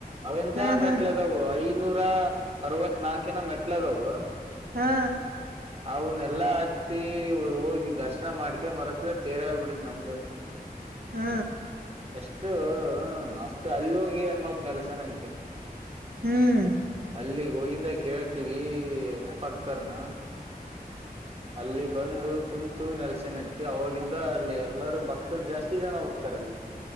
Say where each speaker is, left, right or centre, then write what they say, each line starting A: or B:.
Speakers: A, on the right; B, on the right.
A: ಅವಂತ
B: ಹ್ಮ್
A: ಮೆಟ್ಲದವು
B: ಹ್ಮ್
A: ಐನೂರ ಅರವತ್ ನಾಕಿನ ಮೆಟ್ಲದವು
B: ಹಾ
A: ಅವನ್ ಎಲ್ಲಾ ಹತ್ತಿ ಹೋಗಿ ದರ್ಶನ ಮಾಡ್ಕೆ ಮರತ್ಲ ತೇರಳ ಬಿಡತ್ ನಮ್ದು ಹ್ಮ
B: ಹಾ
A: ಅಷ್ಟು ಹ್ಮ ಅಷ್ಟು ಅಲ್ಲೋಗಿ ಅನ್ಮಪ್ ನೆಲ್ಸನ ಅಂತ
B: ಹ್ಮ್
A: ಅಲ್ಲಿ ಹೋಗಿಂದ ಕೇತೀವಿ ಎಪ್ಪಕ್ದಾರನ ಅಲ್ಲಿ ಬಂದು ಕುಂತು ನೆಲ್ಸೆನ್ಂತ ಅವಾಗಿದ್ದ ಅಲ್ಲಿ ಎಲ್ಲರೂ ಬಕ್ತರ್ ಜಾಸ್ತಿ ಜನ ಹೋಗ್ತಾರಲ್ಲಿ ಇ